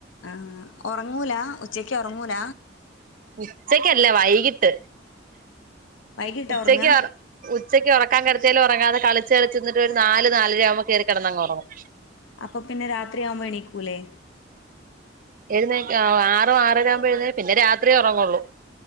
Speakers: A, on the left (about 80°); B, on the right (about 45°).
A: ആഹ് ഒറങ്ങൂല ഉച്ചക്ക് ഒറങ്ങൂല
B: ഉച്ചക്കല്ല വൈകിട്ട്
A: വൈകിട്ടാ
B: ഉച്ചക്ക്
A: ഉറങ്ങാ
B: ഉച്ചക്ക് ഒറക്കാൻ കെടത്തിയാലും ഒറങ്ങാതെ കളിച്ചു കളിച്ച് നിന്നിട്ടു ഒരു നാല് നാലര ആവ്മ്പോ കേറി കടന്ന് അങ്ങറൊങ്ങും.
A: അപ്പൊ പിന്നെ രാത്രിയാവുമ്പോ എണീക്കൂല്ലേ?
B: എഴുന്നേ ആറോ ആറര ആവുമ്പോ എഴുന്നേ പിന്നെ രാത്രി ഒറങ്ങുള്ളൂ.